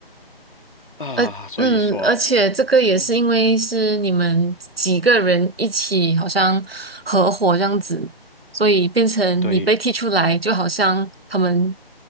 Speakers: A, on the left; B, on the right.
A: 啊。
B: 呃，
A: 所以说，
B: 嗯，而且这个也是因为是你们几个人一起，
A: 嗯，
B: 好像合伙这样子，所以变成你被踢出来，
A: 对
B: 就好像他们